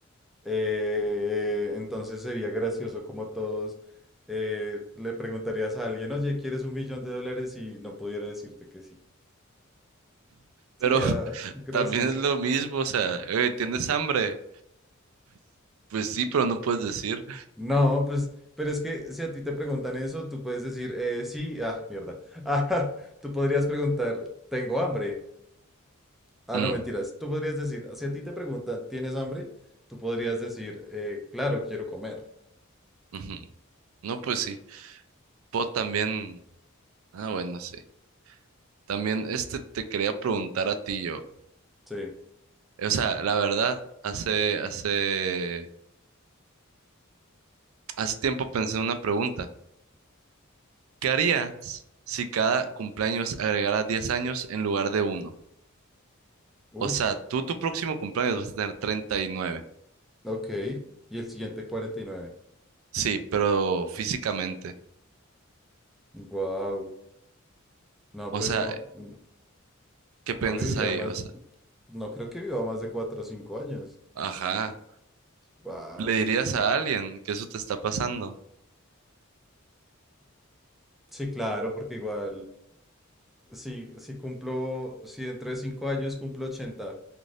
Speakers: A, in the centre; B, on the right (about 70°).
A: Eh, entonces sería gracioso como todos eh, le preguntarías a alguien, oye, ¿quieres un millón de dólares? Y no pudiera decirte que sí. Sería
B: Pero <laughs>
A: <laughs>
B: también
A: gracioso.
B: es lo mismo, o sea, "Eh, ¿tienes hambre? Pues sí, pero no puedes decir.
A: No, pues, pero es que si a ti te preguntan eso, tú puedes decir, eh, sí, ah, mierda. <laughs> Ah, tú podrías preguntar, tengo hambre. Ah,
B: "Mm,
A: no, mentiras. Tú podrías decir, si a ti te preguntan, ¿tienes hambre? Tú podrías decir, eh, claro, quiero comer.
B: ujú". No, pues sí. Puedo también. Ah, bueno, sí. También este te quería preguntar a ti yo.
A: Sí.
B: O sea, la verdad, hace, hace, hace tiempo pensé en una pregunta. ¿Qué harías si cada cumpleaños agregara 10 años en lugar de uno?
A: Ush.
B: O sea, tú tu próximo cumpleaños vas a tener treinta y nueve,
A: Ok. Y el siguiente, cuarenta y nueve
B: Sí, pero físicamente.
A: Wow. No,
B: O
A: pues
B: sea,
A: no,
B: eh,
A: mm,
B: ¿qué piensas
A: no viviría
B: ahí?
A: más,
B: O sea,
A: no creo que viva más de cuatro o cinco años.
B: ajá.
A: Wow.
B: ¿Le dirías a alguien que eso te está pasando?
A: Sí, claro, porque igual, si, si cumplo, si dentro de cinco años cumplo 80,